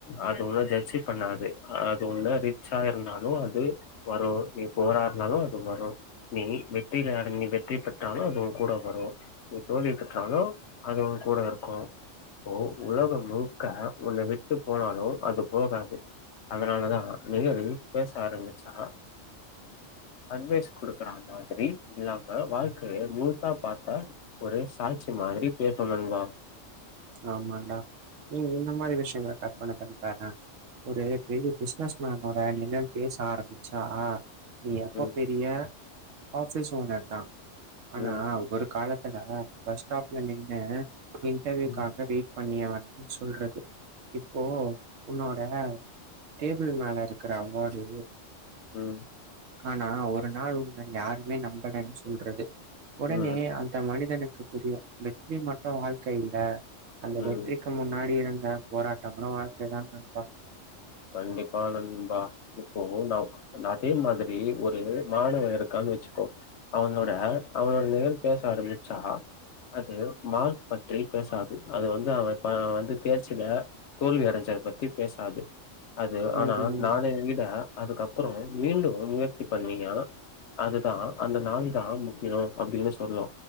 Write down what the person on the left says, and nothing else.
அது ஒண்ண ஜட்ஜ் பண்ணாது அது ஒண்ண ரிச்சா இருந்தாலு அது வரும் நீ புவராருந்தாலு அது வரு நீ வெட்டியில யார நீ வெற்றி பெற்றாலு அது வு கூட வரு நீ தோல்வி பெற்றாலு அது வு கூட இருக்கு இப்போ உலக முழுக்க ஒன்ன விட்டு போனாலு அது போகாது அதனாலதா நிலழ் பேச ஆரம்பிச்சா அட்வைஸ் கொடுக்குற மாதிரி டிக் இல்லாம வாழ்க்கைய நியூஸா பார்த்தா ஒரு சாட்சி மாதிரி பேசு நண்பா
ம்
ம்
ம்.
ம்
ம்
ம்
கண்டிப்பா நண்பா இப்போ நா அதே மாதிரி ஒரு மாணவே இருக்கானு வச்சுக்கோ அவனோட அவனோட நிகழ் பேச ஆரம்பிச்சா அது மார்க் பற்றி பேசாது அது வந்து அவ வந்து தேர்ச்சில தோல்வி அடஞ்சத பத்தி பேசாது அது ஆனா
நாள எங்கிட அதுக்கப்றோ மீண்டு முயற்சி பண்ணியா அதுதா அந்த நாள் தா முக்கியொ அப்டினு சொல்லு